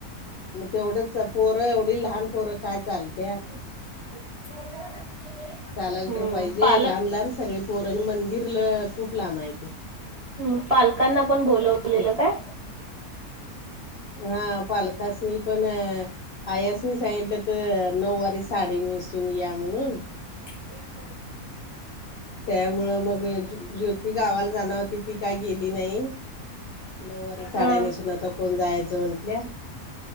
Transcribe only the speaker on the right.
<inaudible>
हम्म
पालक
ह पालकांना पण बोलवलेलं
काय.
<inaudible>
हा